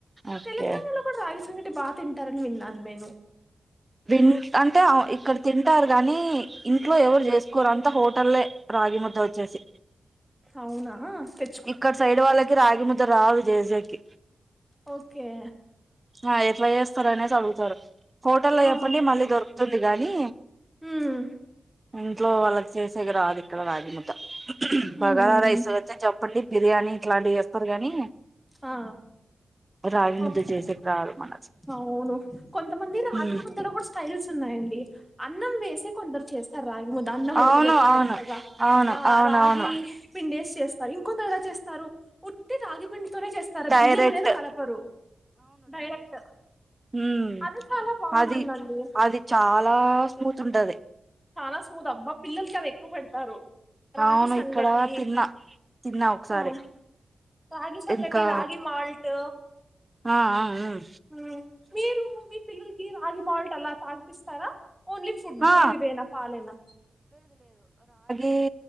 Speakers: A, on the right (about 15°); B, in the centre.
A: ఓకే
B: తెలంగాణలో కూడా రాగి సంగటి బా తింటారని విన్నాను నేను
A: విన్ అంటే ఆమె ఇక్కడ తింటారు గాని ఇంట్లో ఎవరు చేస్ కోరు అంతా హోటలే రాగి ముద్ద వచ్చేసి
B: అవునా తే
A: ఇక్కడ సైడ్ వాళ్ళకి రాగి ముద్ద రాదు జెసికి
B: ఓకే
A: ఆ ఎట్లా చేస్తారు అనేసి అడుగుతారు హోటల్లో
B: ఆ
A: చెప్పండి మళ్ళీ దొరుకుతుంది గాని
B: ఉమ్
A: ఇంట్లో వాళ్లక్ చేసేకి రాదు ఇక్కడ రాగి ముద్ద బగారా
B: ఉమ్ ఉమ్,
A: రైస్ అయితే చప్ బిర్యానీ ఇట్లాంటివి వస్తారు కానీ
B: ఆ
A: రాగి ముద్ద
B: ఓకే
A: చేసేకి రాదు మనకి
B: అవును కొంత మంది రాగి
A: ఉమ్
B: ముద్దలో కూడా స్టైల్స్ తున్నాయండి అన్నం వేసి కొందరు చేస్ స్తార రాగి ముద్ద అన్నం ఉడకబెట్టి
A: అవును అవును
B: మెత్తగా
A: అవును
B: ఆ
A: అవునవును
B: రాగి పిండేసి చేస్ సరి ఇంకొందరిగా చేస్తారు ఉట్టి రాగిపిండి తోనే చేస్తారు
A: డైరెక్ట్
B: బియ్యం అనేది కలపరు డైరెక్ట్
A: ఉమ్
B: అది చాలా బాగుంటుందండి
A: అది అది చాలా స్మూత్ ఉంటది
B: చాలా స్మూత అబ్బా పిల్లలకి అవి ఎక్కువ పెడతారు రాగి
A: అవును
B: సంగటి
A: ఇక్కడ తిన్నా తిన్నా ఒకసారి
B: ఆ రాగి సంగటి
A: ఇంకా
B: రాగి మాల్ట్
A: ఆ ఆ ఉ
B: హా మీరు మీ పిల్లలకి రాగి మాల్ట్ అలా తాగిపిస్తారా ఓన్లీ ఫుడ్డు
A: ఆ
B: ఇవేనా పాలేనా
A: ఈ